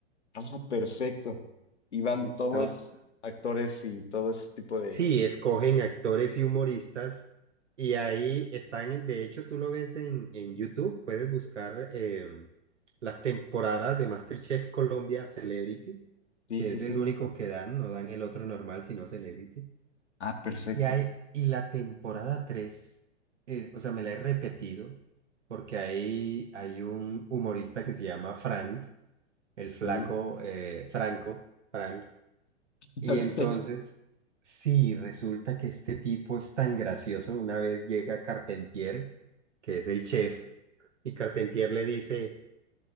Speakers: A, on the left; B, on the right.
A: Ah, perfecto. Y van
B: Entonces,
A: todos actores y todo ese tipo de...
B: sí, escogen actores y humoristas y ahí están, de hecho, tú lo ves en, en YouTube, puedes buscar eh, las temporadas de MasterChef Colombia Celebrity,
A: Sí,
B: que
A: sí,
B: es
A: sí.
B: el único que dan, no dan el otro normal, sino Celebrity.
A: Ah, perfecto.
B: Y, hay, y la temporada 3, o sea, me la he repetido porque ahí hay un humorista que se llama Frank, el flaco
A: Sí,
B: eh, Franco, Frank.
A: <laughs>
B: Y
A: ok.
B: entonces, sí, resulta que este tipo es tan gracioso. Una vez llega Carpentier, que es el chef, y Carpentier le dice,